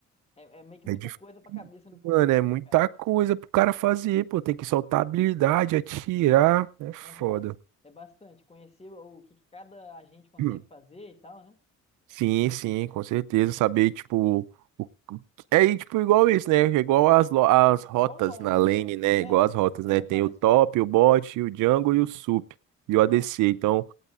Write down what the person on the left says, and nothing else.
É, é meio que
muita
coisa pra cabeça no começo,
né,
cara?
Aham. É bastante. Conhecer o que que cada agente consegue
fazer e tal, né?
Igual o LoL,
né?
É,
é,
parece
com o LoL.
Aham.